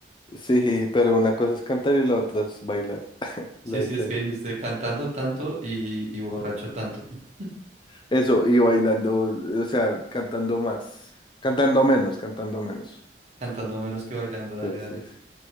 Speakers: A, on the left (about 25°); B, on the right (about 40°).
A: Sí, pero una cosa es cantar y la otra es bailar. La
B: Sí,
A: diferencia.
B: sí, es que dijiste cantando tanto y, y borracho tanto. <laughs>
A: Eso, y bailando, o sea, cantando más. Cantando menos, cantando menos.
B: Cantando menos que bailando, dale,
A: Sí,
B: dale.
A: sí, sí.